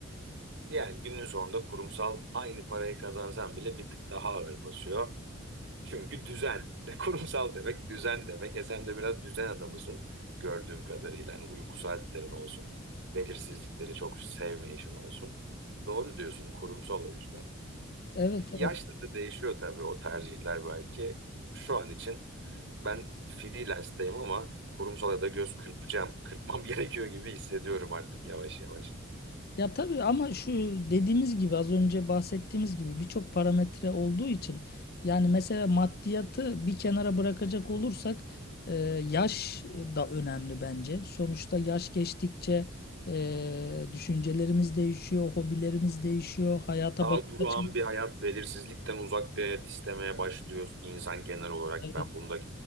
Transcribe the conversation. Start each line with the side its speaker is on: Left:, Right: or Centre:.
Right: yani günün sonunda kurumsal aynı parayı kazansan bile bir tık daha ağır basıyor. Çünkü düzen. <laughs> Kurumsal demek düzen demek. E sen de biraz düzen adamısın gördüğüm kadarıyla. Yani uyku saatlerin olsun. Belirsizlikleri çok sevmeyişin olsun. Doğru diyorsun kurumsal o yüzden.
Left: Evet
Right: Bir- Yaşla
Left: evet.
Right: da değişiyor tabii o tercihler belki. Şu an için ben freelance'deyim ama kurumsala da göz kırpacağım. Kırpmam <laughs> gerekiyor gibi hissediyorum artık yavaş yavaş.
Left: Ya tabii ama şu dediğimiz gibi az önce bahsettiğimiz gibi birçok parametre olduğu için yani mesela maddiyatı bir kenara bırakacak olursak e, yaş da önemli bence. Sonuçta yaş geçtikçe e, düşüncelerimiz değişiyor, hobilerimiz değişiyor, hayata
Right: Daha
Left: bakış
Right: durağan
Left: açımız.
Right: bir hayat, belirsizlikten uzak bir hayat istemeye başlıyoruz insan genel olarak.
Left: evet,
Right: Ben bunda